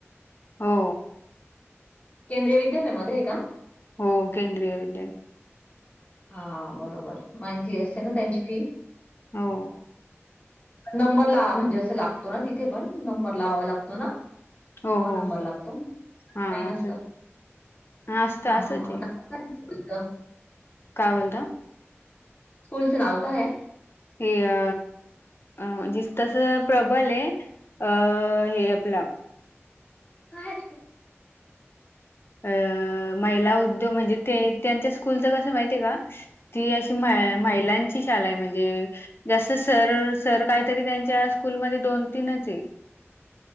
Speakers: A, on the left; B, on the left.
A: हो
B: केंद्रीय विद्यालयामध्ये आहे का?
A: हो केंद्रीय विद्यालय.
B: हा बरोबर मंथली असते ना त्यांची फी.
A: हो
B: नंबर ला म्हणजे असं लागतो ना तिथे पण नंबर लावावा लागतो ना.
A: हो
B: तेव्हा
A: हो
B: नंबर लागतो काय
A: हा
B: नसतं.
A: असंच आहे असतं
B: हा
A: असंच
B: हा ह
A: आहे
B: का <inaudible>
A: काय बोलता.
B: स्कूलचं नाव काय.
A: हे अ अ जिस तस प्रबल आहे. अ हे आपलं
B: काय
A: अ महिला उद्योग म्हणजे ते त्यांच्या कस माहिती का? ती अशी म महिलांची शाळा आहे म्हणजे, जास्त सर, सर काहीतरी त्यांच्या स्कूलमध्ये दोन तीनच आहे.